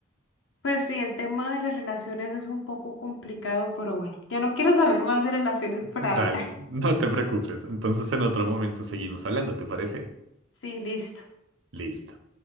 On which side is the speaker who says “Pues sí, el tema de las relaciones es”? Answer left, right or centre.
Left